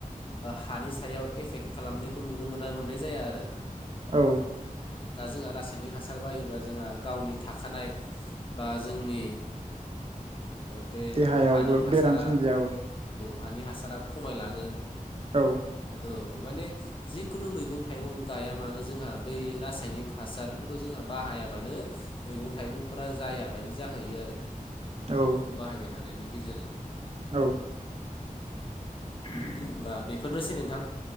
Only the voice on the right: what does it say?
औ
देहायावबो
बेराम सोमजियो औ
औ
औ
औ